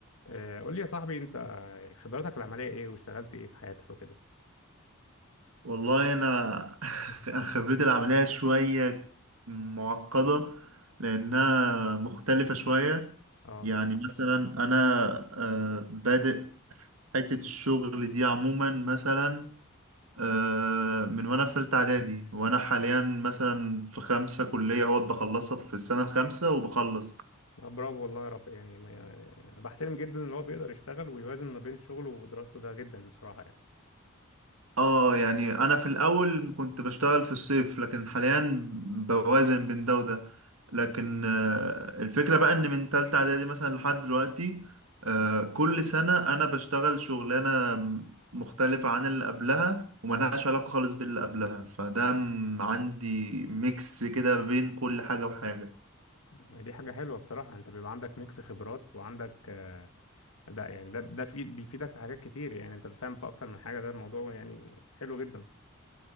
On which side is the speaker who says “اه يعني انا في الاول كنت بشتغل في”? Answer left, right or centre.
Right